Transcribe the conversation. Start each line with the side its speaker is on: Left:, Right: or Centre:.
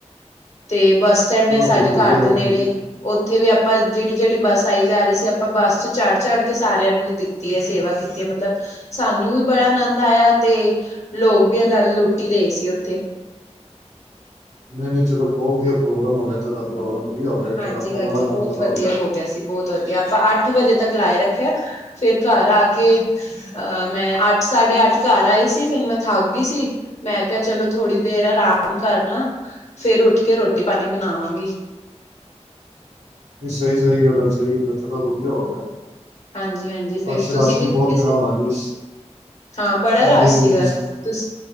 Left: ਤੇ ਬੱਸ ਸਟੈਂਡ
Right: ਚਲੋ
Left: ਹੈ ਸਾਡੇ
Right: ਚਲੋ
Left: ਘਰ
Right: ਵਧੀਆ
Left: ਦੇ
Right: ਕੰਮ
Left: ਨੇੜੇ
Right: ਵਧੀਆ
Left: ਉੱਥੇ ਵੀ ਆਪਾਂ ਜਿਹੜੀ- ਜਿਹੜੀ ਬੱਸ ਆਈ ਜਾ ਰਹੀ ਸੀ ਆਪਾਂ ਬੱਸ ਚ ਚੜ੍ਹ- ਚੜ ਕੇ ਸਾਰਿਆਂ ਨੂੰ ਕੀਤੀ ਹੈ ਸੇਵਾ ਕੀਤੀ ਹੈ ਮਤਲਬ ਸਾਨੂੰ ਵੀ ਬੜਾ ਆਨੰਦ ਆਇਆ ਤੇ ਲੋਕ ਵੀ ਇਹ ਨਾਲ ਲੁੱਟ ਹੀ ਰਹੇ ਸੀ ਉੱਥੇ
Right: ਨਹੀਂ-ਨਹੀਂ ਚਲੋ ਬਹੁਤ ਵਧੀਆ ਪ੍ਰੋਗਰਾਮ ਹੋ ਗਿਆ ਤੁਹਾਡਾ ਪ੍ਰੋਗਰਾਮ ਵਧੀਆ ਹੋ ਗਿਆ ਤੁਹਾਡਾ
Left: ਹਾਂਜੀ
Right: ਪੁੰਨ
Left: ਹਾਂਜੀ
Right: ਦਾ ਕੰਮ
Left: ਬਹੁਤ
Right: ਸਾਰਾ
Left: ਵਧੀਆ
Right: ਹੋ ਗਿਆ ਅੱਜ
Left: ਸੀ ਬਹੁਤ ਵਧੀਆ ਆਪਾਂ ਅੱਠ ਵਜੇ ਤੱਕ ਲਾਏ ਰੱਖਿਆ, ਫਿਰ ਘਰ ਆ ਕੇ ਅਹ ਮੈਂ ਅੱਠ ਸਾਢੇ ਅੱਠ ਘਰ ਆਈ ਸੀ ਫਿਰ ਮੈਂ ਥੱਕ ਗਈ ਸੀ ਮੈਂ ਕਿਹਾ ਚਲੋ ਥੋੜ੍ਹੀ ਦੇਰ ਆਰਾਮ ਕਰ ਲਵਾਂ, ਫੇਰ ਉੱਠ ਕੇ ਰੋਟੀ ਪਾਣੀ ਬਣਾਵਾਂਗੀ
Right: ਨਹੀਂ ਸਹੀ- ਸਹੀ ਗੱਲ ਹੈ ਸਹੀ ਗੱਲ ਹੈ ਚਲੋ ਵਧੀਆ ਹੋ ਗਿਆ
Left: ਹਾਂਜੀ ਹਾਂਜੀ ਫੇਰ
Right: ਅੱਜ
Left: ਤੁਸੀਂ
Right: ਰਸ਼
Left: ਕੀਤੀ
Right: ਵੀ ਬਹੁਤ ਪਿਆ
Left: ਸੀ
Right: ਹੋਣਾ ਜੀ ਇਸ
Left: ਹਾਂ ਬੜਾ
Right: ਹਾਂਜੀ-
Left: ਰਸ਼
Right: ਹਾਂਜੀ-
Left: ਸੀਗਾ
Right: ਹਾਂਜੀ
Left: ਤੁਸ